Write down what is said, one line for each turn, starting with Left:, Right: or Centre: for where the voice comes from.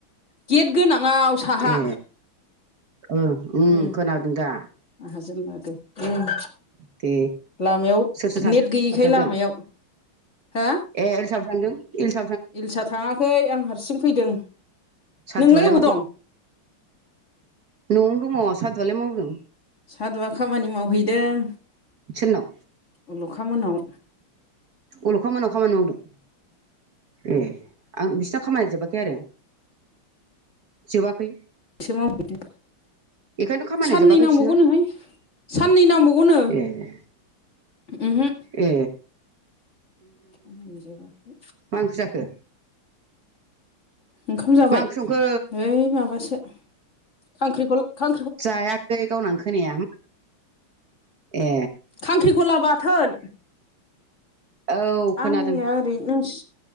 Left: गेट गोनांआव साहा
Right: ए ओ उम
Left: ओम
Right: खोनादों दा
Left: माहाजोन आरो उम
Right: दे
Left: लामायाव
Right: सोर सोर थांदों
Left: नेट गैयिखाय
Right: साबो थांदों
Left: लामायाव हा
Right: ए एल्साबो थांदों एलस
Left: इलिसा थांआखै आं हारसिं फैदों
Right: सादुआलाय
Left: नोंलाय अबाव
Right: माथो
Left: दं
Right: ओ न'आवनो दङ सादुआलाय मावदों
Left: सादुआ खामानि मावहैदों
Right: सोरनाव
Left: अल'खा मोनाव
Right: अलखा मोनाव खामानि मावदों ए आं बिसिना खामानिआ जोबाखै आरो जोबाखै
Left: एसे मावहैदो
Right: बेखायनोथ' खामानिया
Left: साननै
Right: जोबाखै
Left: नांबावगौनोहाय
Right: बिसिना
Left: साननै नांबावगौनो
Right: ए
Left: उमहो
Right: ए
Left: मोनजोबाखै
Right: मा ओंख्रि जाखो?
Left: ओंखाम जाबाय?
Right: मा ओंख्रि संखो
Left: ओइ माबासो खांख्रिखल खात
Right: जायाखै गावन खोनाया उम ए
Left: खांख्रिखला बाथोन।
Right: औ खोनादों
Left: आंनिया ओरै नोंसि